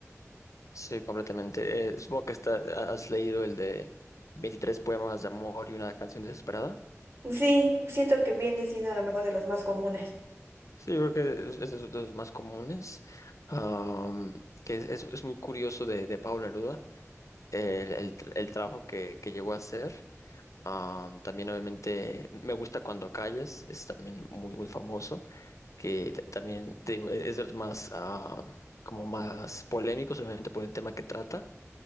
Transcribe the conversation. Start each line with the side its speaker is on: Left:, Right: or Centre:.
Left: Sí, completamente. Eh, supongo que está- has leído el de 23 poemas de amor y una canción desesperada.
Right: Sí, siento que viene siendo a lo mejor de los más comunes.
Left: Sí, yo creo que es, es de los más comunes, am, que es, es- es muy curioso de, de Pablo Neruda, el, el tr- el trabajo que, que llegó a hacer. Am, también obviamente me gusta Cuando callas, es también muy, muy famoso, que t- también te digo, e- es de los más, ah, como más polémicos, obviamente por el tema que trata,